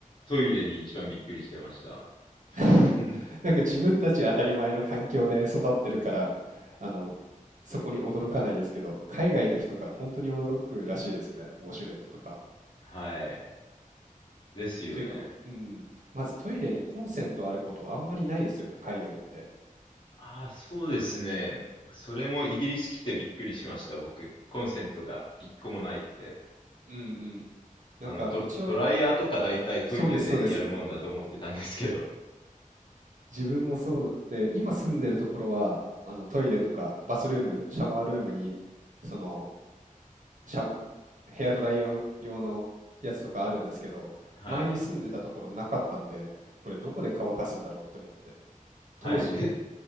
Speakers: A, on the left; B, on the right.
A: トイレに一番びっくりしてました。<laughs>
B: <laughs> なんか自分たち当たり前の環境で育ってるから、あの、そこに驚かないですけど、海外の人から本当に驚くらしいですね、ウォシュレットとか。
A: はい。ですよね。
B: というか、うん、まずトイレにコンセントあることはあんまりないですよね、海外って。
A: ああ、そうですね。それもイギリス来てびっくりしました、僕。コンセントが一個もないって。
B: うんうん。なんか一応、
A: あの、ド、ドライヤーとか大体トイレでやるもんだと思ってたんですけど。
B: そうです、そうです。自分もそうで、今住んでるところは、あのトイレとかバスルーム、シャワールームに、その、シャ、ヘアドライヤー用のやつとかあるんですけど、
A: はい。
B: 前に住んでたところなかったんで、これどこで乾かすんだろうって思って。
A: はい。
B: 当時、
A: で、